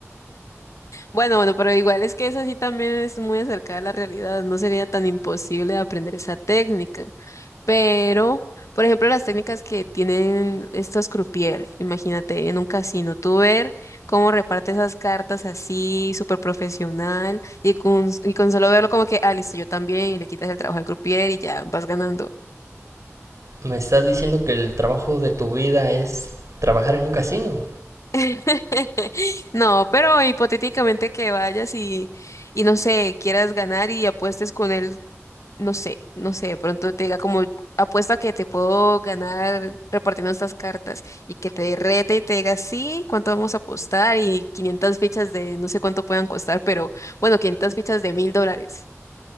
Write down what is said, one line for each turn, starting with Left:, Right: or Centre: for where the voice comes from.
Left: Bueno, bueno, pero igual es que eso sí también es muy acercada a la realidad, no sería tan imposible aprender esa técnica, pero, por ejemplo, las técnicas que tienen estos croupier, imagínate en un casino, tú ver cómo reparte esas cartas así, súper profesional, y con, y con solo verlo como que, ah, listo, yo también, y le quitas el trabajo al croupier y ya vas ganando.
Right: Me estás diciendo que el trabajo de tu vida es trabajar en un casino.
Left: <laughs> No, pero hipotéticamente que vayas y, y no sé, quieras ganar y apuestes con él No sé, no sé, de pronto te diga como apuesta que te puedo ganar repartiendo estas cartas y que te rete y te diga, sí, ¿cuánto vamos a apostar? Y 500 fichas de no sé cuánto puedan costar, pero bueno, quinientas fichas de mil dólares.